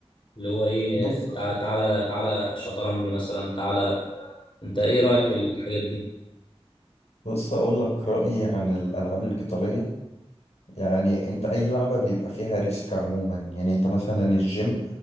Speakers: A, on the left (about 50°); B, on the left (about 80°).
A: اللي هو ايه
B: بص
A: تع- تعالى تعالى شطرنج مثلا تعالى انت ايه رايك في الحاجات دي
B: بص اقول لك رأيي عن الالعاب القتالية يعني انت اي لعبة بيبقى فيها ريسك عموما يعني انت مثلا الجيم